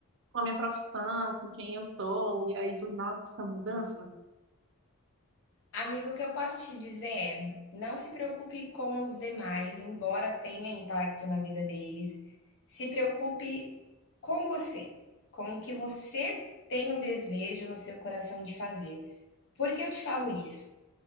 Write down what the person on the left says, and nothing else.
Amigo, o que eu posso te dizer é: não se preocupe com os demais, embora tenha impacto na vida deles. Se preocupe com você, com o que você tem o desejo no seu coração de fazer. Por que eu te falo isso?